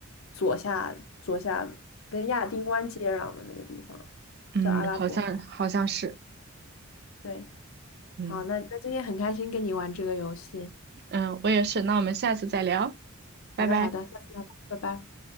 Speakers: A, on the left; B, on the right.
A: 左下左下跟亚丁湾接壤的那个地方，
B: 嗯，
A: 叫阿拉伯海。
B: 好像好像是。
A: 对，
B: 嗯
A: 好，那那今天很开心跟你玩这个游戏。
B: 嗯，我也是。那我们下次再聊，拜拜。
A: 好的，好的，下次再聊，拜拜。